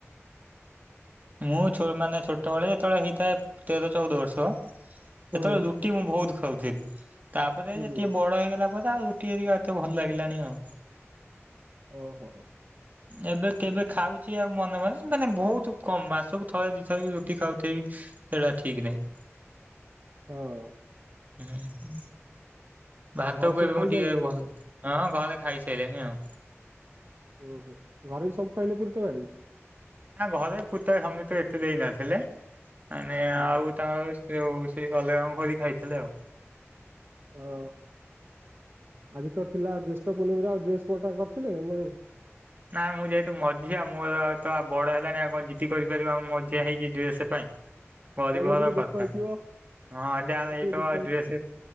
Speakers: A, on the right (about 35°); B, on the right (about 50°).
A: ମୁଁ ଛ ମାନେ ଛୋଟବେଳେ ଯେତେବେଳେ ହେଇଥାଏ ତେର ଚଉଦ ବର୍ଷ ସେତେବେଳେ
B: ହୁଁ
A: ରୁଟି ମୁଁ ବହୁତ ଖାଉଥିଲି ତାପରେ
B: ହୁଁ
A: ଟିକେ ବଡ ହେଇଗଲା ପରେ ଆଉ ରୁଟିି ଏରିକା ଏତେ ଭଲ ଲାଗିଲାଣିି ଆଉ।
B: ଓ ହୋ।
A: ଏବେ କେବେ ଖାଉଛି ଆଉ ମନେ ମନେ ମାନେ ବହୁତୁ କମ୍ ମାସକୁ ଥରେ ଦିଥର କି ରୁଟି ଖାଉଥିବେବି ସେଇଟା ଠିକ୍ ନାହିଁ।
B: ହଁ
A: ହୁଁ ହୁଁ ଭାତକୁ
B: ଆଉ ଘରେ ସବୁ
A: ଏବେ
B: ଖାଇସାରିଲେଣି
A: ମୁ ଟିକେ ଭଲ। ହଁ ଘରେ ଖାଇସାଇଲେଣି ଆଉ।
B: ହୁଁ ହୁଁ ଘରେ ସବୁ ଖାଇଲେ ପୁୁରୀ ତରକାରୀ।
A: ନା ଘରେ ପୁରୀଟା ସମେତେ ଏତେ ଦେଇ ନଥିଲେ ମାନେ
B: ଓହୋ
A: ଆଉ ତାଙ୍କ ଯୋଉ ସିଏ ଗଲେ କଣ କରି ଖାଇଥିଲେ ଆଉ?
B: ଓ ଆଜି ତ ଥିଲା ଜେଷ୍ ଷ୍ଟ ପୂର୍ଣମିରେ ଆଉ ଡ୍ରେସ୍ କୋଟା କରିଥିଲେ ନା ନାଇଁ?
A: ନା ମୁ ଯେହେତୁ ମଝିଆ ମୁ ଏବେ ତ ଆଉ ବଡ ହେଲାଣି ଆଉ କଣ ଜିଦି କରିପାରିବି ମୁ ମଝିଆ ହେଇଛି ଡ୍ରେସ ପାଇଁ। ପରିବହର
B: ମନ ଟିକେ
A: କଥା।
B: ଦୁଃଖ ହେଇଥିବ
A: ହଁ ଯାହା
B: ମନ
A: ହେଇଥାଉ
B: ଟିକେ ଦୁଃଖ
A: ଆଉ
B: ହେଇଛି
A: ଡ୍ରେସ